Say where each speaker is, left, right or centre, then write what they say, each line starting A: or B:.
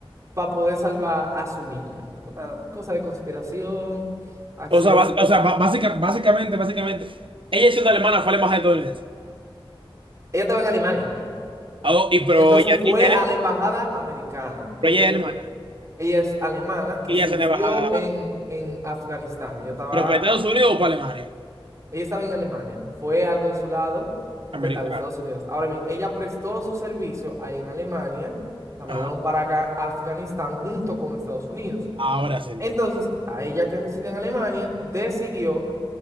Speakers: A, on the right; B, on the right.
A: para poder salvar a su niño. Una cosa de conspiración, acción.
B: O sea, bas- o sea ba- básica- básicamente, básicamente, ella siendo alemana fue a la embajada estadounidense.
A: Ella estaba en Alemania.
B: Oh, y pero
A: Entonces
B: ella,
A: fue
B: ella es
A: a
B: alemana.
A: la embajada americana, porque
B: Pero ella es alemana.
A: Ella es alemana que
B: Y
A: sirvió
B: ella es una embajada.
A: en, en Afganistán. Ella estaba,
B: ¿Pero para Estados Unidos o para Alemania?
A: ella estaba en Alemania. Fue al consulado,
B: Americana.
A: ¿verdad? De Estados Unidos. Ahora bien, ella prestó su servicio ahí en Alemania. La mandaron
B: Ajá.
A: para acá, Afganistán, junto con Estados Unidos.
B: Ahora sí entendí.
A: Entonces, a ella que reside en Alemania, decidió